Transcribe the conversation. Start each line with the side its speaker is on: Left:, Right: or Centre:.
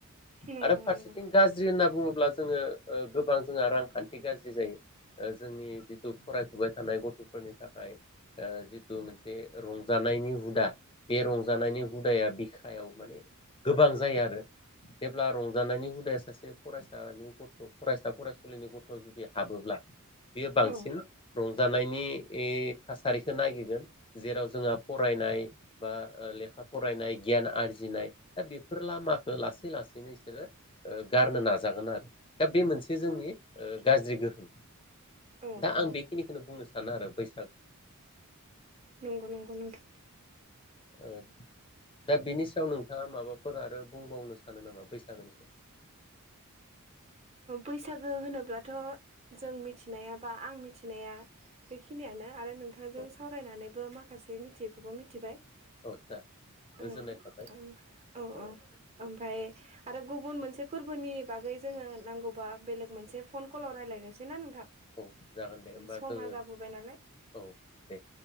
Right: नंगौ
Left: आरो फारसेथिं
Right: नंगौ
Left: गाज्रि होनना बुङो ब्ला जोङो ओ गोबां जोंहा रांखान्थि गाज्रि जायो। ओ जोंनि जिथु फरायफुबाय थानाय गथ'फोरनि थाखाय ओ जिथु मोनसे रंजानायनि हुदा बे रंजानायनि हुदाया बिखायाव माने गोबां जायो आरो जेब्ला रंजा नायनि हुदाया सासे फरायसानि गथ' फरायसा फरायसुलिनि गथ' जुदि हाबोब्ला बेयो बांसिन
Right: औ
Left: रंजानायनि थासारिखौ नागिरगोन जेराव जोंहा फरायनाय बा लेखा फरायनाय गियान आरजिनाय दा बेफोर लामाखौ लासै लासैनो बिसोरो गारनो नाजागोन आरो दा बे मोनसे जोंनि गाज्रि गोहोम
Right: औ
Left: दा
Right: औ
Left: आं बेखिनिखौनो बुंनो सानो आरो बै
Right: नंगौ नंगौ नोंथां।
Left: ओ दा बेनि सायाव नोंथाङा माबाफोर आरो बुंबाव सानो नामा बैसागोनि सायाव?
Right: बैसागो होनोब्लाथ' जों मिथिनाया बा आं मिथिनाया बेखिनियानो आरो नोंथांजों
Left: औ
Right: सावरायनानैबो माखासे बे मिथियैखौबो मिथिबाय।
Left: औ <unintelligible> गोजोननाय
Right: ओं
Left: थाबाय
Right: ओं औ
Left: ओ
Right: औ ओमफफ्राय आरो गुबुन मोनसे फोरबोनि बागै जोङो नांगौबा बेलेग मोनसे फन कलाव रायजलायनोसै ना नोंथां?
Left: औ जागोन दे होमबा
Right: समा
Left: जोङो
Right: जाबोबाय नालाय
Left: औ दे